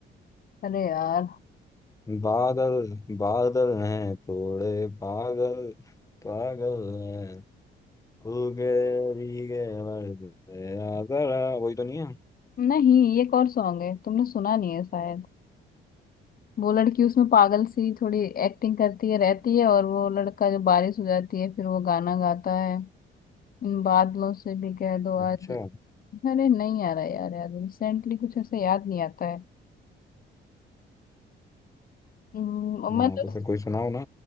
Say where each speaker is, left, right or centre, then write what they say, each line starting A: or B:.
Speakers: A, on the left; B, on the left.
A: अरे यार
B: बादल बादल हैं थोड़े पागल पागल हैं उगे भीगे मर्द आजरा वही तो नहीं है
A: नहीं ये एक और सॉन्ग है तुमने सुना नहीं है शायद वो लड़की उसमें पागल सी थोड़ी एक्टिंग करती है रहती है और वो लड़का जो बारिश हो जाती है फिर वो गाना गाता है इन बादलों से भी कह दो
B: अच्छा
A: आज अरे नहीं आ रहा यार यार रिसेंटली कुछ ऐसे याद नहीं आता है हम्म,
B: हाँ
A: मैं तो
B: तो फिर कोई सुनाओ ना